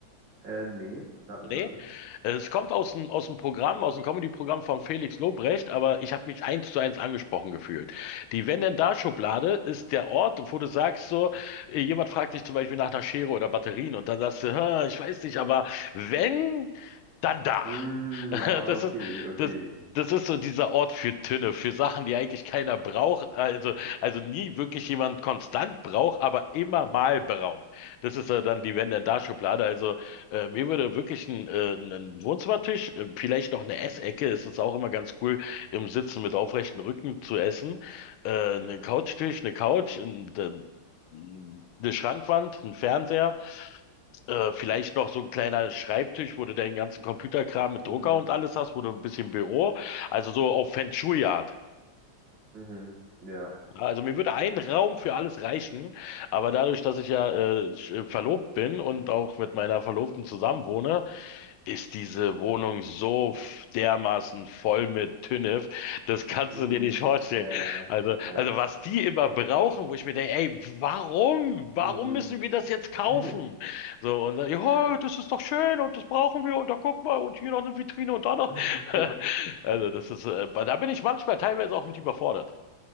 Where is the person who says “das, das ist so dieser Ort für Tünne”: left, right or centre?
Left